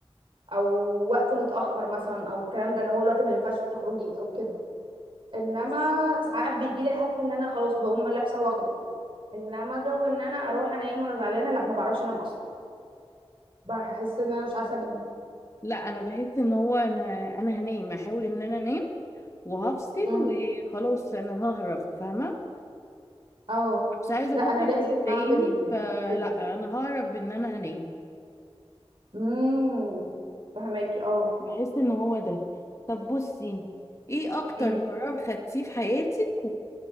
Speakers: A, on the right; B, on the left.
A: او وقت متاخر مثلا او الكلام ده اللي هو الوقت اللي ما ينفعش فيه تخرجي او كده انما ساعات بيجي لي هف ان انا خلاص بقوم لابسه واخرج انما جو ان انا اروح انام وانا زعلانه لا ما بعرفش انام اصلا بحس ان انا مش عارفه انام
B: لا انا بحس ان هو انا انا هنام احاول ان انا انام وهفصل
A: امم
B: وخلاص انا ههرب فاهمة
A: اه
B: مش عايزه
A: لا
B: افكر
A: انا لازم
B: في اللي مضايقني
A: اعمل
B: فلا
A: كده
B: انا ههرب ان انا هنام
A: امم فهماكي اه
B: بحس ان هو ده طب بصي ايه اكتر
A: امم
B: قرار خدتيه في حياتك